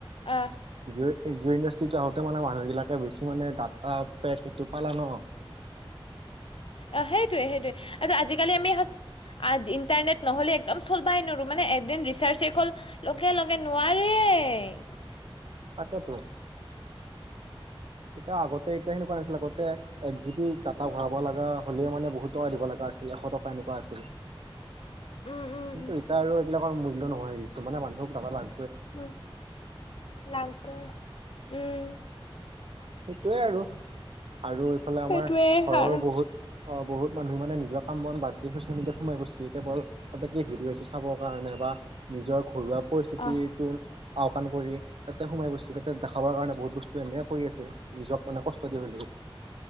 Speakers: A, on the left; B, on the right.
A: আহ
B: জিঅ' জিঅ' ইণ্ডাষ্ট্ৰিটো আহোতে মানে মানুহ বিলাকে বেছি মানে ডাটা পেক এইটো পালা ন শুনা নাই
A: অ সেইটোয়ে সেইটোয়ে আৰু আজিকালি আমি সচ আৰু ইণ্টাৰনেট নহ'লে একদম চলবাই নোৱাৰোঁ মানে একদিন ৰিচাৰ্চেই হ'ল লগে লগে নোৱাৰেই
B: তাকেেতো এতি আগতে এতিয়া সেনেকুৱা নাছিলে আগতে এক জি বি ডাটা ভৰাব লগা হ'লেই মানে বহুত টকা দিব লগা আছিল এশ টকা এনেকুৱা আছিল
A: উম উম
B: কিন্তু এতিয়া আৰু এইবিলাকৰ মূল্য নহয় আহিছো মানে মানুহক াতালা
A: উ লাগিব উম
B: সেইটোৱে আৰু আৰু এইফালে
A: সেইটোৱে
B: আমাৰ ঘৰৰো
A: আৰু
B: বহুত অ বহুত মানুহ মানে নিজৰ কাম বন বাদ দিিয় চচিয়েল মিডিয়াত সোমাই গৈছে কেল তাতে কি ভিডিঅ'ি চাবৰ কাৰণে বা নিজৰ ঘৰুৱা পৰিস্থিতিটো
A: আহ
B: আওকাণ কৰি তাতে সোমাই গৈছে তাতে দেখাবৰ কাৰণে বহুত বস্তু এনেে কৰি আছে নিজক মানে কষ্ট দিয়ে হলে